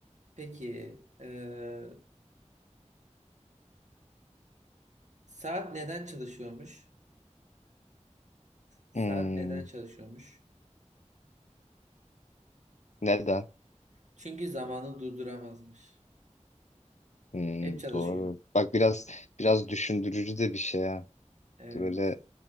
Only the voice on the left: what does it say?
Hmm,
Neden?
Hmm,
doğru. Bak biraz biraz düşündürücü de bir şey ha.
Böyle